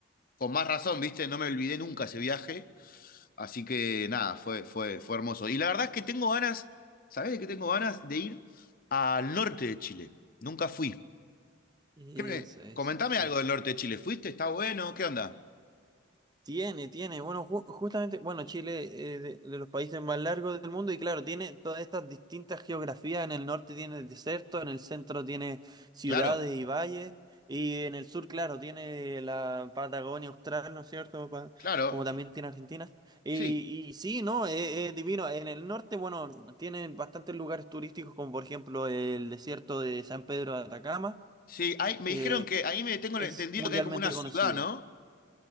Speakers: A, on the left; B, on the right.
A: con más razón, ¿viste? No me olvidé nunca ese viaje, así que nada, fue, fue, fue hermoso. Y la verdad es que tengo ganas, ¿sabés de qué tengo ganas? De ir al norte de Chile. Nunca fui.
B: Eso,
A: ¿Qué me-
B: eso,
A: Comentame
B: sí.
A: algo del norte de Chile. ¿Fuiste? ¿Está bueno? ¿Qué onda?
B: Tiene, tiene. Bueno, ju- justamente, bueno, Chile eh, de, de los países más largos del mundo y claro, tiene todas estas distintas geografías. En el norte tiene desierto, en el centro tiene ciudades
A: Claro,
B: y valles y en el sur, claro, tiene la Patagonia Austral, ¿no es cierto? Pa-
A: claro.
B: como también tiene Argentina. Y,
A: Sí,
B: y sí, ¿no? Es, es divino. En el norte, bueno, tiene bastantes lugares turísticos como por ejemplo el desierto de San Pedro de Atacama,
A: Sí, ahí, me
B: que
A: dijeron que ahí me tengo
B: es
A: entendido
B: mundialmente
A: que hay como una ciudad,
B: conocido.
A: ¿no?